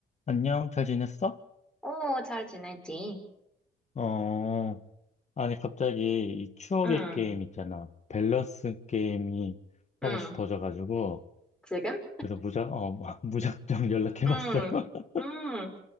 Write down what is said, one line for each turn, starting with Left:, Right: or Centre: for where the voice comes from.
Left: 안녕, 잘 지냈어?
Centre: 오, 잘 지내지?
Left: 어, 아니, 갑자기 이 추억의
Centre: 응,
Left: 게임 있잖아. 밸런스 게임이 하고
Centre: 응.
Left: 싶어져가지고,
Centre: 지금?
Left: 그래서 무작, 어, 뭐, <laughs> 무작정 연락해봤어.
Centre: 응,
Left: <laughs>
Centre: 응.